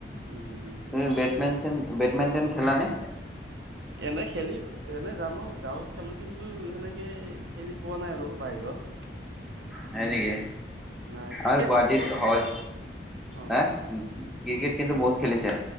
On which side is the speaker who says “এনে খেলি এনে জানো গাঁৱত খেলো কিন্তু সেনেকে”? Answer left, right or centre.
Right